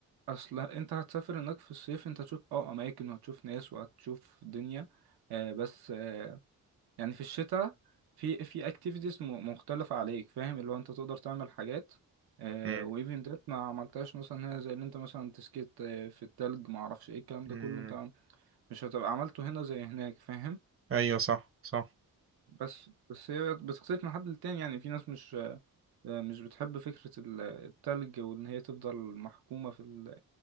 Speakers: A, on the right; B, on the right.
A: اصل انت هتسافر هناك في الصيف انت هتشوف اه اماكن وهتشوف ناس وهتشوف دنيا آه بس آه يعني في الشتاء في في اكتيفيتيز مختلفة عليك فاهم اللي هو انت تقدر تعمل حاجات آه
B: امم
A: وايفن ديت ما عملتهاش مثلا هنا زي اللي انت مثلا تسكيت آه، في التلج ما اعرفش ايه الكلام ده
B: امم
A: كله انت مش هتبقى عملته هنا زي هناك فاهم
B: ايوه صح صح
A: بس بس هي بتختلف من حد للتاني يعني في ناس مش مش بتحب فكرة ال- التلج وإن هي تفضل محكومة في ال...